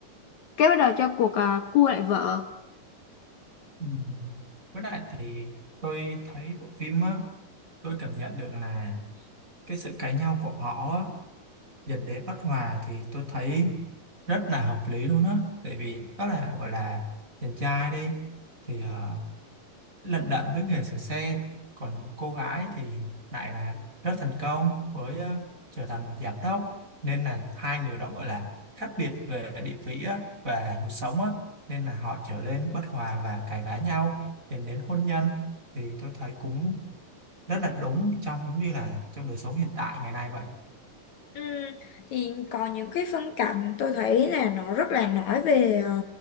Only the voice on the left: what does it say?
cái bắt đầu cho cuộc ờ, cua lại vợ
Ừ, thì còn những cái phân cảnh tôi thấy là nó rất là nói về ờ,